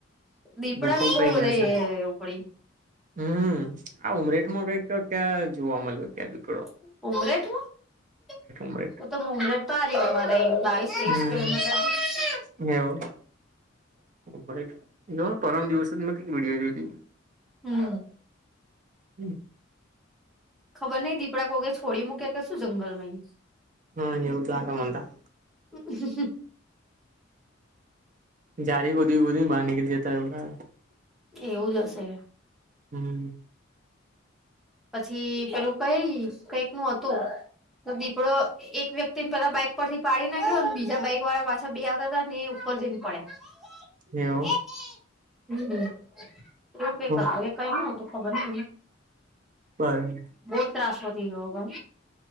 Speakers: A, in the centre; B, on the right.
A: દીપડા
B: ગુફામાં
A: ની બહુ
B: પઈ ગયા
A: રે
B: છે
A: ઉપડી.
B: હમ આ ઉમરેઠમાં કઈક ક્યાં જોવા મળ્યો ક્યાં દુકડો.
A: <unintelligible> <inaudible>
B: ઉમરેઠ
A: કિલોમીટર
B: હમ એવું <unintelligible> વિડીયો જોઈલી
A: હમ
B: હમ
A: ખબર નઈ દીપડા કોકે છોડી મૂક્યા કે શું જંગલમાં એ
B: હમ એવું <unintelligible>
A: હ હ
B: <unintelligible>
A: એવું જ હશે
B: હમ
A: પછી પેલું કઈ કઈક નું હતું તો દીપડો એક વ્યક્તિ ને પેલા બાઈક પરથી પાડી નાખ્યો અને બીજા બાઈક વાળા પાછા બે આવતા હતા ને એ ઉપર જઈને પડ્યા <inaudible>
B: એવું
A: હમ <inaudible>
B: હ, <unintelligible>
A: બો ત્રાસ વધી ગીયો હવે